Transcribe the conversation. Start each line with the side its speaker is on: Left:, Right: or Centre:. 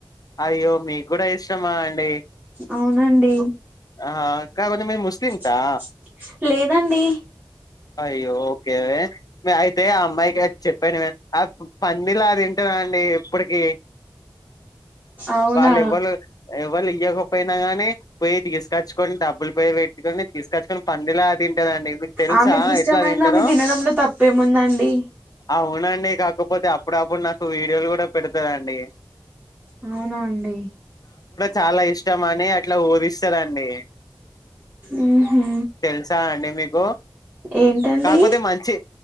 Left: అయ్యో మీకు కూడా ఇష్టమా అండి
Right: అవునండి
Left: ఆ కాకపోతే మీరు ముస్లిమ్సా
Right: చ్ లేదండి
Left: అయ్యో ఓకే అయితే ఆ అమ్మాయికి ఆ చెప్పాను మే ఆ పందిలా తింటదండి. ఇప్పడికి
Right: అవునా
Left: వాళ్ళు ఎవళ్లు ఎవళ్లు ఇయక పోయినా గాని పోయి తీకచ్చుకొని డబ్బులు పోయి పెట్కని తీసుకొచ్చుకొని పందిలా తింటాదండి మీకు తెలుసా
Right: ఆమెకి ఇష్టమైంది
Left: ఎట్లా తింటాదో
Right: ఆమె తినడంలో తప్పేముందండి
Left: అవునండి. కాకపోతే అప్పుడప్పుడు నాకు వీడియోలు కూడా పెడతాదండి.
Right: అవునా అండి
Left: చాలా ఇష్టం అని అట్లా ఊరిస్తరండి
Right: ఊహూ
Left: తెల్సా అండి మీక్ గో
Right: ఏంటండి
Left: కాకపోతే మంచి